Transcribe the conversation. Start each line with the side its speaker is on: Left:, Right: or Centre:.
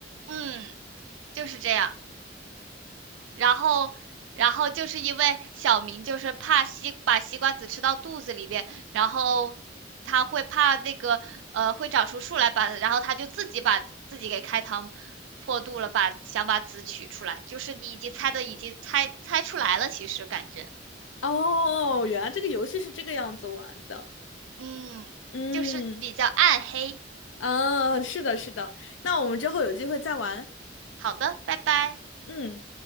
Right: 嗯就是这样。然后，然后就是因为小明就是怕西把西瓜籽吃到肚子里面，然后他会怕那个呃会长出树来把，然后他就自己把自己给开膛破肚了，把想把籽取出来，就是你已经猜的已经猜猜出来了，其实感觉
Left: 哦，原来这个游戏是这个样子玩的。
Right: 嗯就是比较暗黑。
Left: 嗯，啊，是的，是的。那我们之后有机会再玩。
Right: 好的，拜拜。
Left: 嗯。